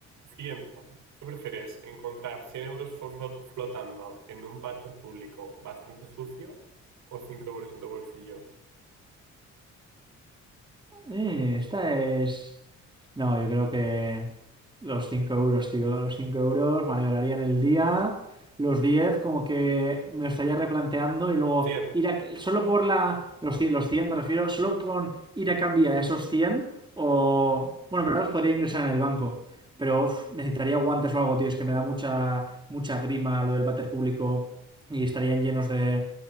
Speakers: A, on the right; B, on the right.
A: Siguiente. ¿Qué prefieres? ¿Encontrar 100 euros flo- flotando en un váter público bastante sucio o 5 euros en tu bolsillo?
B: Eh, esta es... No, yo creo que los 5 euros, tío. Los 5 euros me alegrarían el día. Los 10 como que me lo estaría replanteando y luego
A: Cien.
B: ir a... Solo por la... Los cien los cien me refiero. Solo con ir a cambiar esos 100 o... Bueno, pero los podría ingresar en el banco. Pero uf, necesitaría guantes o algo, tío. Es que me da mucha, mucha grima lo del váter público y estarían llenos de...